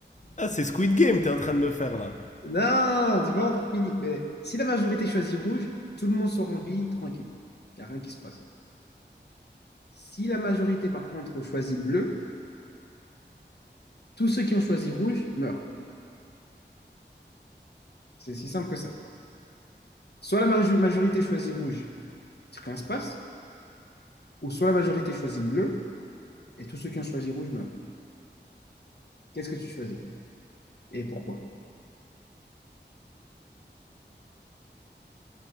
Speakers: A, on the left; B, on the left.
A: Ah, c'est Squid Game, t'es en train de me faire là.
B: non, tu pas encore fini. Euh, si la majorité choisit rouge, tout le monde sort en vie, tranquille. Il n'y a rien qui se passe. Si la majorité, par contre, choisit bleu, tous ceux qui ont choisi rouge meurent. C'est si simple que ça. Soit la majorité choisit rouge, rien ne se passe, ou soit la majorité choisit bleu, et tous ceux qui ont choisi rouge meurent. Qu'est-ce que tu choisis? Et pourquoi?